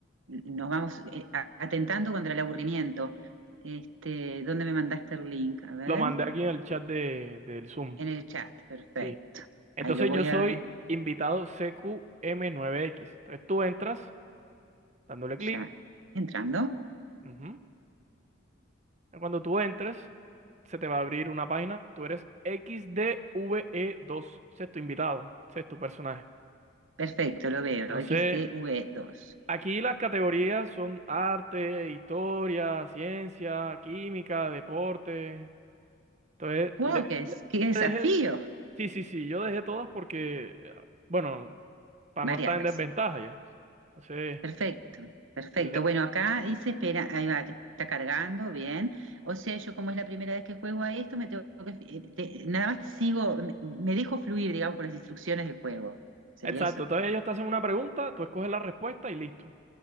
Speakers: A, on the right; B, on the right.
A: nos vamos eh, a- atentando contra el aburrimiento. Este, ¿dónde me mandaste el link? A ver,
B: lo mandé aquí en el chat de, del Zoom.
A: en el chat. Perfecto.
B: Sí. Entonces
A: Ahí lo voy
B: yo soy
A: a ver.
B: invitado CQM9X. Entonces tú entras dándole clic.
A: Ya. Entrando.
B: ujú, Cuando tú entres, se te va a abrir una página. Tú eres XDVE2, sexto invitado, sexto personaje.
A: Perfecto, lo veo.
B: Entonces...
A: X XTV2.
B: Aquí las categorías son arte, historia, ciencia, química, deporte. Entonces,
A: ¡Wow!
B: le, le-
A: ¡Qué, des- qué desafío!
B: le dejé, sí, sí, sí, yo dejé todas porque, bueno, para
A: Variadas.
B: no estar en desventaja ya. Entonces,
A: Perfecto, perfecto.
B: le-
A: Bueno, acá dice, espera, ahí va, que está cargando, bien. O sea, yo como es la primera vez que juego a esto, me tengo que, eh, te- nada más sigo, me, me dejo fluir, digamos, por las instrucciones del juego. Sería
B: exacto,
A: eso.
B: entonces ellos te hacen una pregunta, tú escoges la respuesta y listo.